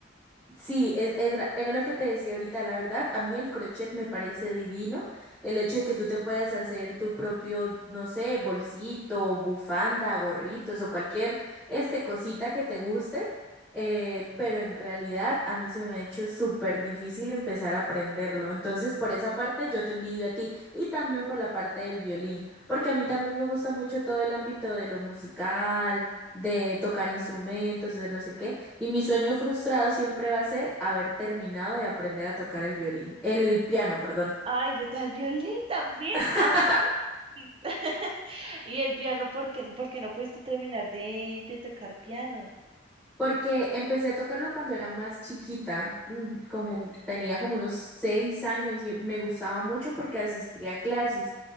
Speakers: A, in the centre; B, on the right.
A: Sí, es, es ra- era lo que te decía ahorita, la verdad, a mí el crochet me parece divino, el hecho de que tú te puedas hacer tu propio, no sé, bolsito, bufanda, gorritos o cualquier este cosita que te guste, eh, pero
B: Mm.
A: en realidad a mí se me ha hecho súper difícil empezar a aprenderlo, entonces por esa parte yo te envidio a ti y también por la parte del violín, porque a mí también me gusta mucho todo el ámbito de lo musical, de tocar instrumentos, de no sé qué. Y mi sueño frustrado siempre va a ser haber terminado de aprender a tocar el violín, el piano, perdón.
B: Ay, yo tal violín también,
A: <laughs>
B: a mí. <laughs> ¿Y el piano? ¿Por qué, por qué no pudiste terminar de, de tocar piano?
A: Porque empecé a tocarlo cuando era más chiquita, mm, como
B: Ujú.
A: tenía como unos seis años y me gustaba mucho porque asistía a clases,